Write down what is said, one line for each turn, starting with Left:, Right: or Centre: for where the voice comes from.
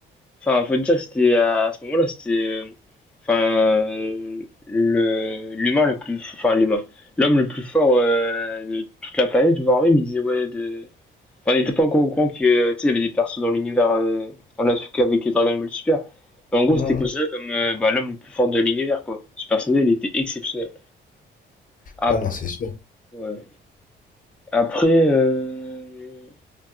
Centre: Enfin, faut dire, c'était à, à ce moment-là, c'était, euh, enfin, euh, le l'humain le plus, enfin l'humain, l'homme le plus fort euh, de toute la planète, voire même, il disait ouais de, enfin, on n'était pas encore au courant que, euh, tu sais, il y avait des persos dans l'univers, euh, on l'a su qu'avec les Dragon Ball Super, mais en gros,
Left: Hmm.
Centre: c'était considéré comme euh, bah, l'homme le plus fort de l'univers, quoi. Ce personnage, il était exceptionnel. Ap-
Left: Ouais, non, c'est sûr.
Centre: ouais. Après, euh,